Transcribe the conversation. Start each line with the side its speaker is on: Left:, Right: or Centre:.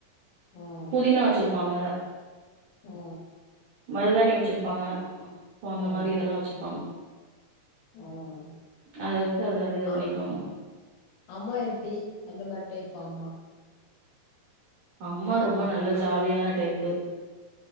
Left: ம்
Right: புதினா வெச்சிருப்பாங்க
Left: ஒ
Right: மருதானி வச்சிருப்பாங்க போ அந்த
Left: ம்
Right: மாரி இதெல்லா வச்சிர்ப்பாங்க
Left: ம்
Right: அத வச்சி அதுல இருந்து இது
Left: அ
Right: பண்ணிக்குவாங்க
Left: அம்மா எப்டி எந்த மாரி டைப்பு அம்மா
Right: அம்மா ரொம்ப நல்ல ஜாலியான டைப்பு